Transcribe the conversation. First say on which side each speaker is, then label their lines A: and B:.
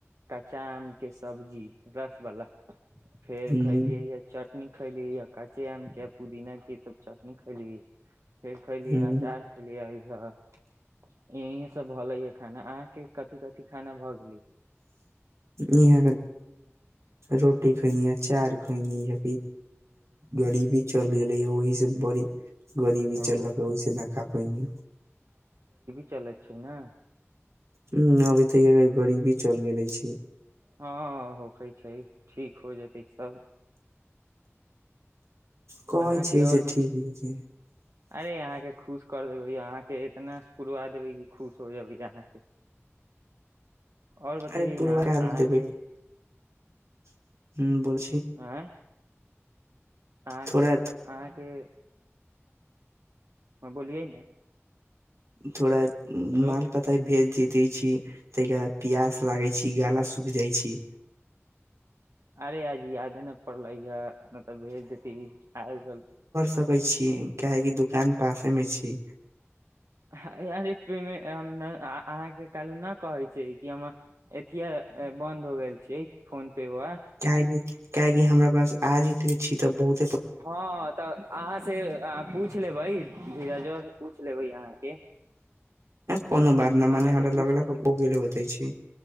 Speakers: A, on the right (about 85°); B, on the right (about 70°).
A: कच्चा आम के सब्जी रसबला फेर
B: हूँ
A: खैलियै ह चटनी खैली हकाचे आम क पुदीना की सब चटनी खैली एक खलियै
B: हूँ
A: अचार खलियै इह सब भलै य खाना अहाँ के कथि कथि‌ खाना भ गेल।
B: इह रोटी खैनी हँ अचार खैनीहँ गरीबी चलि गेलै ह ओहि से बड़ी गरीबी
A: ओ
B: चललक ओहिस न खा पै नी
A: चलै छै। ने
B: ह अभी तऽ गरीबी चलि गेले छी।
A: हँ होखै छै। ठीक हो जेतै सब
B: कहै
A: अहाँके
B: छियै
A: आओर
B: से ठीक हो छै।
A: अरे अहाँके खुश कर देबै अहाँके इतना पुरवा देबै क खुश हो जेबै अहाँके और बतैयै
B: अरे पूर्वाकार
A: ने अहाँके
B: देबै <inaudible>
A: आँइ अहाँ
B: थोड़ा
A: अहाँके ह बोलियइ ने
B: थोड़ा
A: हेलो
B: माल पतै भेज जीते छी तहिया प्यास लागै छी गाला सुूख जाइ छी
A: अरे आज यादे नहि पड़लै य नहि तऽ भेज देती आयल
B: क सकै छी काहेक दुकान पासे मे छी
A: अरे पेमे अहाँके कहलू न कहै छै कि हम एथि बन्द हो गेल छी फोन पे वा
B: चाही काहेकि हमरा पास आ जे धरि छी तऽ बहुत
A: हँ तऽ अहाँ से आब पूछ लेबै धीरजबा से पूछ लेबै अहाँ के अहाँके
B: कोनो बात न मने हमरा
A: पूछि
B: लगलक
A: लेबै
B: हो गेल होते छी